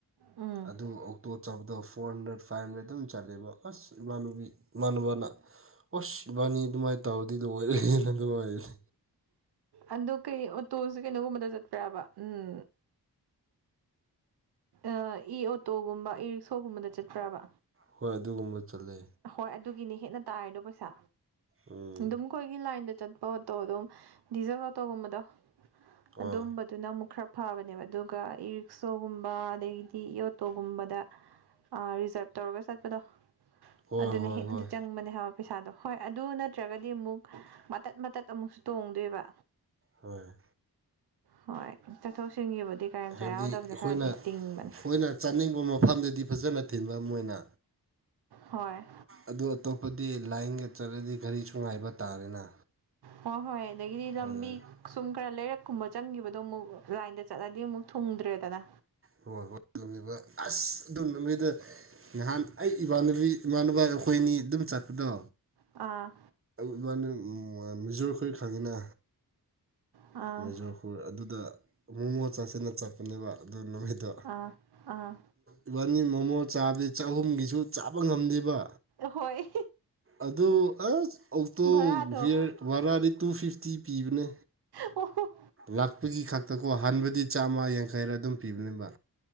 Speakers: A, on the right (about 80°); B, on the right (about 35°).
A: ꯎꯝ
B: ꯑꯗꯨꯝ ꯑꯣꯛꯇꯣ ꯆꯕꯗꯣ ꯐꯣꯔ ꯍꯟꯗ꯭ꯔꯦꯠ ꯐꯥꯏꯚ ꯍꯟꯗ꯭ꯔꯦꯗ ꯑꯗꯨꯝ ꯆꯠꯂꯦꯕ ꯑꯁ꯫ ꯏꯃꯥꯟꯅꯨꯕꯤ ꯏꯃꯥꯟꯅꯕꯅ ꯑꯣꯁ ꯏꯕꯥꯅꯤ ꯑꯗꯨꯃꯥꯏꯅ ꯇꯧꯔꯗꯤ ꯂꯣꯏꯔꯦ <unintelligible>
A: ꯑꯗꯣ ꯀꯩ ꯑꯣꯇꯣꯁꯤ ꯀꯩꯅꯣꯒꯨꯝꯕꯗ ꯆꯠꯄꯔꯕ ꯎꯝ꯫ ꯑ ꯏ ꯑꯣꯇꯣꯒꯨꯝꯕ ꯏ ꯔꯤꯛꯁꯣꯒꯨꯝꯕꯗ ꯆꯠꯄ꯭ꯔꯥꯕ꯫
B: ꯍꯣꯏ ꯑꯗꯨꯒꯨꯝꯕ ꯆꯥꯠꯂꯦ꯫
A: ꯍꯣꯏ ꯑꯗꯨꯒꯤꯅꯤ ꯍꯦꯟꯅ ꯇꯥꯔꯤꯗꯣ ꯄꯩꯁꯥ
B: ꯎꯝ
A: ꯑꯗꯨꯝ꯫ ꯑꯩꯈꯣꯏꯒꯤ ꯂꯥꯏꯟꯗ ꯆꯠꯄ ꯑꯣꯇꯣ ꯑꯗꯨꯝ ꯗꯤꯖꯜ ꯑꯣꯇꯣꯒꯨꯝꯕꯗ ꯑꯗꯨꯝꯕ꯫
B: ꯑꯥ
A: ꯑꯗꯨꯅ ꯑꯃꯨꯛ ꯈꯔ ꯐꯕꯅꯦꯕ ꯑꯗꯨꯒ ꯏ ꯔꯤꯛꯁꯣꯒꯨꯝꯕ ꯑꯗꯒꯤꯗꯤ ꯏ ꯑꯣꯇꯣꯒꯨꯝꯕꯗ꯫ ꯑ ꯔꯤꯖꯥꯔꯞ ꯇꯧꯔꯒ ꯆꯠꯄꯗꯣ
B: ꯍꯣꯏ
A: ꯑꯗꯨꯅ
B: ꯍꯣꯏ
A: ꯍꯦꯟꯅꯗꯤ
B: ꯍꯣꯏ
A: ꯆꯪꯕꯅꯦ ꯍꯥꯏ꯫ ꯄꯩꯁꯥꯗꯣ ꯍꯣꯏ ꯑꯗꯨ ꯅꯠꯇ꯭ꯔꯒꯗꯤ ꯑꯃꯨꯛ ꯃꯇꯠ ꯃꯇꯠ ꯑꯃꯨꯛꯁꯨ ꯇꯣꯡꯗꯣꯏꯕ꯫
B: ꯍꯣꯏ꯫
A: ꯍꯣꯏ꯫ ꯆꯠꯊꯣꯛ ꯆꯠꯁꯤꯟꯒꯤꯕꯨꯗꯤ ꯒꯥꯔꯤ
B: ꯍꯥꯏꯕꯗꯤ
A: ꯌꯥꯎꯗꯕꯁꯦ
B: ꯑꯩꯈꯣꯏꯅ
A: ꯈꯔꯗꯤ
B: ꯑꯩꯈꯣꯏꯅ
A: ꯇꯤꯡꯕꯅꯦ
B: ꯆꯠꯅꯤꯡꯕ ꯃꯐꯝꯗꯗꯤ꯫ ꯐꯖꯅ ꯊꯤꯟꯕ ꯃꯣꯏꯅ꯫
A: ꯍꯣꯏ꯫
B: ꯑꯗꯨ ꯑꯇꯣꯞꯄꯗꯤ ꯂꯥꯏꯟꯒ ꯆꯠꯂꯗꯤ ꯒꯔꯤꯁꯨ ꯉꯥꯏꯕ ꯇꯥꯔꯦꯅ꯫
A: ꯍꯣꯏ ꯍꯣꯏ ꯑꯗꯒꯤꯗꯤ ꯂꯝꯕꯤ꯫
B: ꯑꯗꯨꯅ
A: ꯁꯨꯝ ꯈꯔ ꯂꯩꯔꯛꯀꯨꯝꯕ ꯆꯪꯈꯤꯕꯗꯣ ꯑꯃꯨꯛ ꯂꯥꯏꯟꯗ ꯆꯠꯂꯗꯤ ꯑꯃꯨꯛ ꯊꯨꯡꯗ꯭ꯔꯦꯗꯅ꯫
B: ꯍꯣꯏ ꯍꯣꯏꯃꯤꯕ ꯑꯁ ꯑꯗꯨꯝ ꯅꯃꯤꯗ ꯅꯍꯥꯟ ꯑꯩ ꯏꯃꯥꯟꯅꯕꯤ ꯏꯃꯥꯟꯅꯕ ꯑꯩꯈꯣꯏꯅꯤ ꯑꯗꯨꯝ ꯆꯠꯄꯗꯣ
A: ꯑꯥ
B: ꯏꯃꯅ ꯃꯤꯖꯣꯔ ꯈꯣꯏ ꯈꯪꯉꯤꯅ
A: ꯑꯥ
B: ꯃꯦꯖꯣꯄꯨꯔ ꯑꯗꯨꯗ ꯑꯃꯨ ꯃꯣ ꯆꯥꯁꯤꯟꯅ ꯆꯠꯄꯅꯦꯕ ꯑꯗꯨ ꯅꯨꯃꯤꯠꯇꯣ
A: ꯑꯥ ꯑꯥ
B: ꯏꯕꯥꯟꯅꯤ ꯃꯣꯃꯣ ꯆꯥꯕꯗꯤ ꯆꯍꯨꯝꯒꯤꯁꯨ ꯆꯥꯕ ꯉꯝꯗꯦꯕ
A: ꯍꯣꯏ
B: ꯑꯗꯨ ꯑꯁ ꯑꯣꯛꯇꯣ
A: ꯚꯔꯥꯗꯣ
B: ꯋꯤꯌꯔ ꯚꯔꯥꯗꯤ ꯇꯨ ꯐꯤꯐꯇꯤ ꯄꯤꯕꯅꯦ
A: ꯑꯣ
B: ꯂꯥꯛꯄꯒꯤ ꯈꯛꯇꯀꯣ ꯍꯥꯟꯕꯗꯤ ꯆꯥꯝꯃ ꯌꯥꯡꯈꯩꯔ ꯑꯗꯨꯝ ꯄꯤꯕꯅꯦꯕ